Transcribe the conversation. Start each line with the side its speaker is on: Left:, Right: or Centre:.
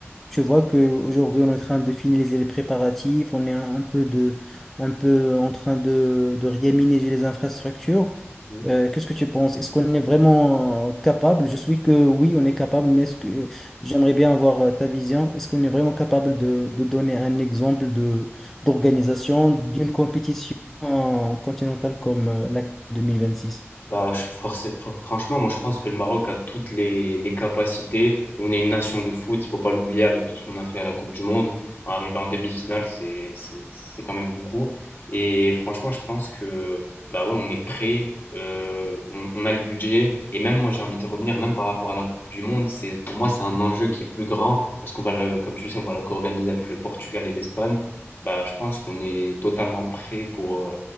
Centre: Tu vois qu'aujourd'hui, on est en train de finaliser les préparatifs, on est un, un peu de, un peu en train de, de réaménager les infrastructures.
Left: Mhm.
Centre: Euh, qu'est-ce que tu penses? Est-ce qu'on est vraiment euh, capable? Je suis que oui, on est capable, mais est-ce que j'aimerais bien avoir euh, ta vision. Est-ce qu'on est vraiment capable de, de donner un exemple de d'organisation d'une compétition euh, continentale comme euh, la 2026?
Left: Bah, je- forcé- fr- franchement, moi je pense que le Maroc a toutes les, les capacités. On est une nation de foot, il faut pas l'oublier avec tout ce qu'on a fait à la Coupe du Monde. Arriver en demi-finale, c'est, c'est, c'est quand même beaucoup. Et franchement, je pense que bah ouais, on est prêt, euh, on, on a le budget. Et même moi, j'ai envie de revenir, même par rapport à la Coupe du Monde, c'est, pour moi, c'est un enjeu qui est plus grand parce qu'on va, le- comme tu sais, on va la co-organiser avec le Portugal et l'Espagne. Bah, je pense qu'on est totalement prêt pour, euh,